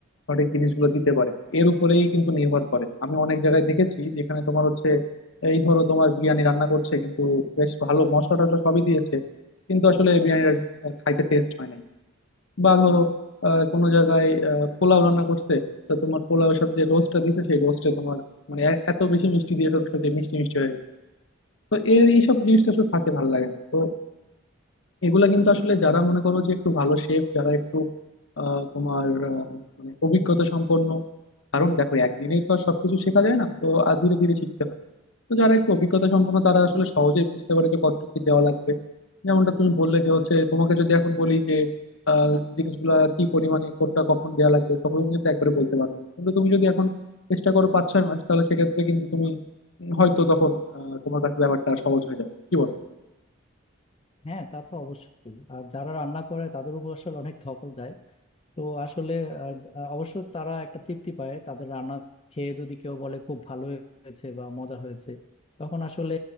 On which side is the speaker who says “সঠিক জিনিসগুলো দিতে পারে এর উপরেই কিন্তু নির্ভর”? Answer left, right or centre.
Left